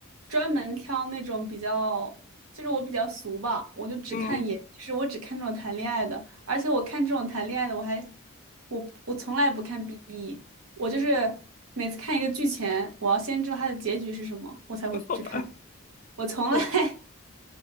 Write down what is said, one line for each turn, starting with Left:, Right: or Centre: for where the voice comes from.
Right: 专门挑那种比较，就是我比较俗吧，我就只看演，
Left: 嗯，
Right: 就是我只看这种谈恋爱的，而且我看这种谈恋爱的，我还我我从来不看 BE，我就是每次看一个剧前，我要先知道它的结局是什么，我才会去看，
Left: 好吧，
Right: 我从来
Left: 我
Right: <laughs>